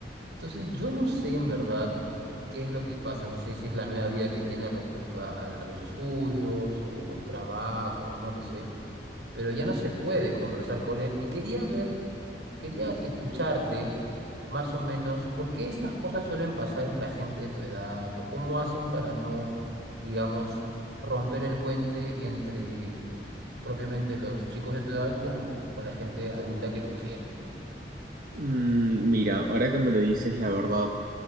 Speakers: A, on the right; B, on the right.
A: Entonces, yo no sé en verdad qué es lo que pasa, no sé si es la nueva vida que tiene respecto a, a- a los estudios o, o el trabajo, o no lo sé, pero ya no se puede conversar con él y quería ver, quería escucharte más o menos por qué estas cosas suelen pasar en la gente de tu edad o cómo hacen para no, digamos, romper el puente entre propiamente los chicos de tu edad con, con la gente adulta que los quiere, ¿no?
B: Mm, mira, ahora que me lo dices, la verdad,